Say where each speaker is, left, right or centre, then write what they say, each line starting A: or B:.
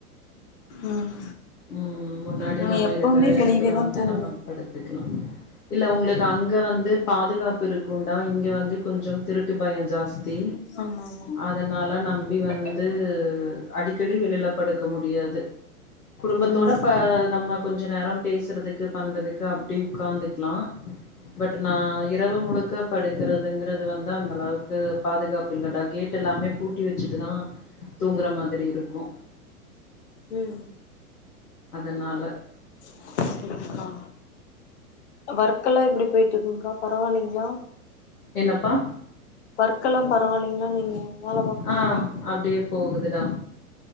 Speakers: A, on the left; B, on the left.
A: ம்
B: ம் முன்னாடி
A: நாங்க
B: நம்ம
A: எப்பவுமே
B: இருக்ற
A: வெளியவேதா
B: எடத்துல வந்து
A: தூங்குவோ
B: நம்ம படுத்துக்லா இல்ல உங்ளுக்கு அங்க வந்து பாதுகாப்பு இருக்குண்டா இங்க வந்து கொஞ்சோ திருட்டு பயோ ஜாஸ்தி
A: ஆமா ஆமா
B: அதனால நம்பி வந்து அடிக்கடி வெளில படுக்க முடியாது குடும்பத்தோட
A: ம்
B: ப நம்ம கொஞ்ச நேரம் பேசுறதுக்கு பண்றதுக்கு அப்டி உட்காந்துக்லா பட் நா இரவு முழுக்க படுக்குறதுங்றது வந்து அந்த அளவுக்கு பாதுகாப்பு இல்லடா கேட் டு எல்லாமே பூட்டி வச்சுட்டுதா தூங்ற மாதிரி இருக்கு
A: ம்
B: அதனால
A: சேரிங்க்கா வொர்க்கெல்லா எப்டி பொய்ட்ருக்குங்க்கா பரவால்லிங்ளா
B: என்னப்பா
A: ஒர்க்கெல்லா பரவால்லிங்ளா நீங்க வேல பாக்குரதுலா
B: ஆ அப்டியே போகுதுடா